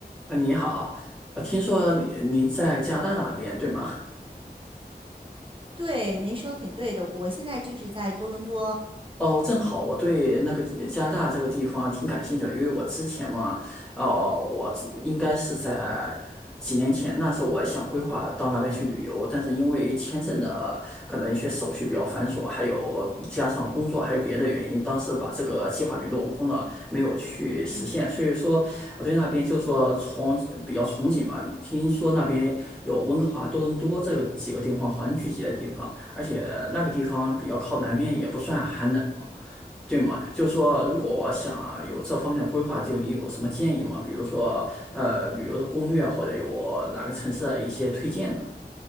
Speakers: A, in the centre; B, on the right.
A: 啊，你好，呃，听说你你在加拿大那边对吗？
B: 对，您说挺对的。我现在就是在多伦多，
A: 哦，正好我对那个地加拿大这个地方挺感兴趣的，因为我之前嘛，哦，我之应该是在几年前，那时候我想规划到那边去旅游，但是因为签证的可能一些手续比较繁琐，还有加上工作还有别的原因，当时把这个计划给落空了，没有去实现。
B: 嗯，
A: 所以说，我对那边就说从比较憧憬嘛，听说那边有温哥华、多伦多这个几个地方，华人聚集的地方。而且那个地方比较靠南边，也不算寒冷，对吗？就是说，如果我想有这方面的规划，就你有什么建议吗？比如说，呃，旅游的攻略，或者有哪个城市的一些推荐呢？